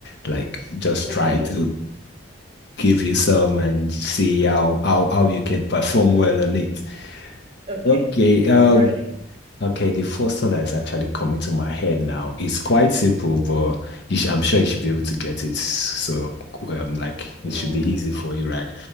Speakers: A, on the left; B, on the right.
A: like just
B: Okay,
A: try to give you some and see how how how you can perform well on it.
B: okay,
A: Okay. Um,
B: I'm ready.
A: Okay, the first one that is actually coming to my head now is quite simple, but you sh I'm sure you should be able to get it. So, um, like
B: Mm,
A: it should be easy for you, right?